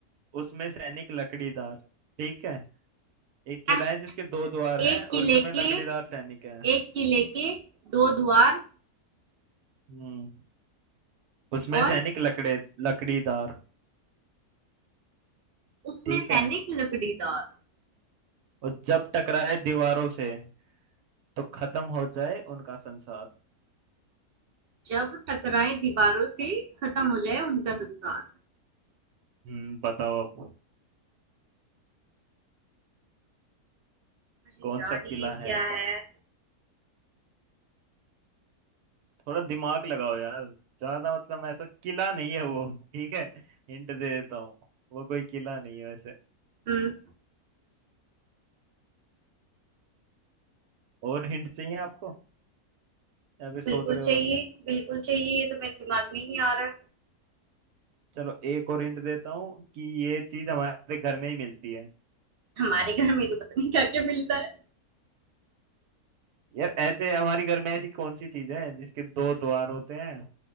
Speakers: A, on the right (about 80°); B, on the right (about 60°).
A: उसमें सैनिक लकड़ीदार ठीक है एक किला
B: आह,
A: है जिसके दो द्वार
B: एक
A: हैं और
B: किले
A: उसमें
B: के
A: लकड़ीदार सैनिक है
B: एक किले के दो द्वार
A: हम्म उसमें
B: और
A: सैनिक लकड़े लकड़ीदार
B: उसमें
A: ठीक
B: सैनिक
A: है
B: लकड़ीदार
A: और जब टकराए दीवारों से तो खत्म हो जाए उनका संसार
B: जब टकराए दीवारों से खत्म हो जाए उनका संसार
A: हम्म बताओ अब
B: अरे
A: कौन
B: यार
A: सा
B: ये
A: किला है
B: क्या
A: ऐसा
B: है
A: थोड़ा दिमाग लगाओ यार ज्यादा मतलब ऐसा किला नहीं है वो ठीक है हिंट दे देता हूँ वो कोई किला नहीं है वैसे
B: हम्म
A: और हिंट चाहिए आपको या फिर
B: बिल्कुल
A: सोच रहे हो
B: चाहिए
A: अभी
B: बिल्कुल चाहिए ये तो मेरे दिमाग में ही नहीं आ रहा
A: चलो एक और हिंट देता हूँ कि ये चीज हमारे घर में ही मिलती है
B: हमारे घर में तो पता नहीं क्या क्या मिलता है
A: यार ऐसे हमारी घर में ऐसी कौन सी चीज है जिसके दो द्वार होते हैं